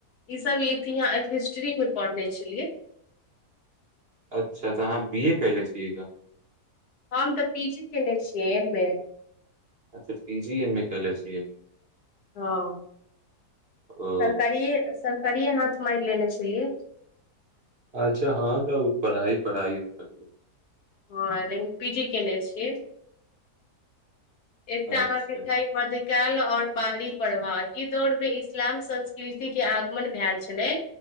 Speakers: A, on the left; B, on the right.
A: ई सब इतिहा हिस्ट्री में पढ़ने छलियै
B: अच्छा तऽ अहाँ बी ए क‌इले छियैग
A: हम तऽ पी जी केने छियै एम ए
B: अच्छा पी जी एम ए कले छियै
A: हँ
B: ओ
A: सरकारि सरकारिए हाथ मारि लेने छलै
B: अच्छा हँ तऽ पढ़ाई पढ़ाई प
A: हँ लेकिन पी जै केने छियै एकटा
B: अच्छा
A: अहाँके छैह मद <unintelligible> कल और बाहरी प्रभाव ई दौड़ मे इस्लाम संस्कृति के आगमन भ‌एल छलै